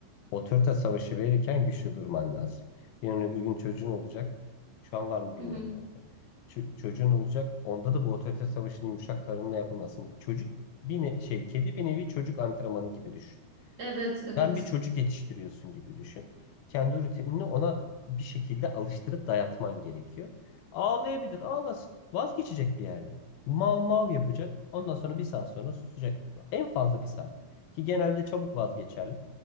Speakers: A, on the left (about 80°); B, on the right (about 50°).
A: otorite savaşı verirken güçlü durman lazım. Yarın öbür gün çocuğun olacak. Şu an var mı bilmiyorum
B: Hı hı.
A: bu arada. Ço- çocuğun olacak. Onda da bu otorite savaşını yumuşak karınla yapamazsın. Çocuk bir ne- şey kedi bir nevi çocuk antrenmanı gibi düşün.
B: Evet evet.
A: Sen bir çocuk yetiştiriyorsun gibi düşün. Kendi rutinini ona bir şekilde alıştırıp dayatman gerekiyor. Ağlayabilir, ağlasın. Vazgeçecek bir yerde. Mav mav yapacak. Ondan sonra bir saat sonra susacak. En fazla bir saat. Ki genelde çabuk vazgeçerler.